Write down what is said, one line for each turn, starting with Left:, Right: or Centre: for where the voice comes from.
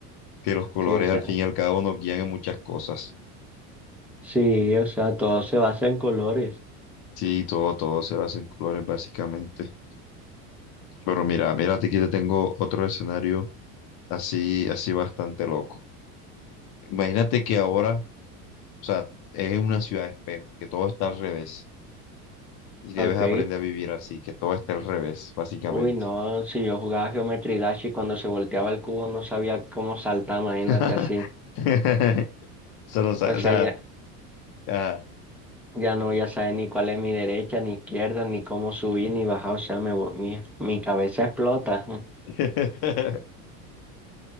Left: que los colores
Centre: Sí, o sea,
Left: al fin y al cabo nos guían en muchas cosas.
Centre: sí, o sea, todo se basa en colores.
Left: Sí, todo, todo se basa en colores básicamente. Pero mira, mírate que te tengo otro escenario así, así bastante loco. Imagínate que ahora, o sea, es una ciudad de espejo, que todo está al revés y debes
Centre: Ok.
Left: aprender a vivir así, que todo esté al revés, básicamente.
Centre: Uy, no, si yo jugaba Geometry Dash y cuando se volteaba el cubo no sabía cómo saltar, imagínate
Left: <laughs>
Centre: así.
Left: <laughs> Solo, O sea,
Centre: O
Left: no
Centre: sea,
Left: o sea,
Centre: ya,
Left: ajá.
Centre: ya no, ya sabes ni cuál es mi derecha, ni izquierda, ni cómo subir, ni bajar, o sea, me, vo- mi, mi cabeza explota. <laughs>
Left: <laughs>